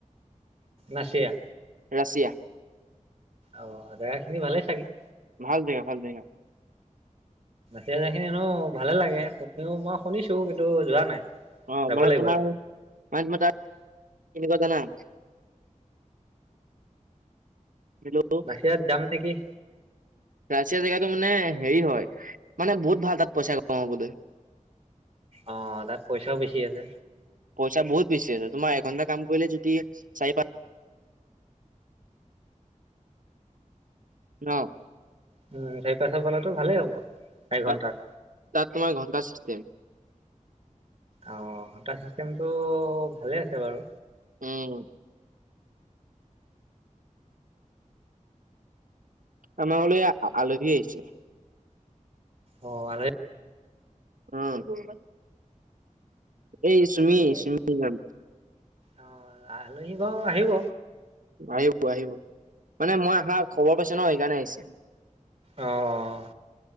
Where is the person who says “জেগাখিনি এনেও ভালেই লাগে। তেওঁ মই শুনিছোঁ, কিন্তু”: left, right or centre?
Right